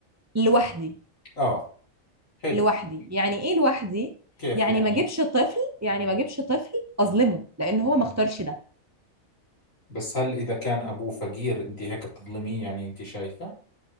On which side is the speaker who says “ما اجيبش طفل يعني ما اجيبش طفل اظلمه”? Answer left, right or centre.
Right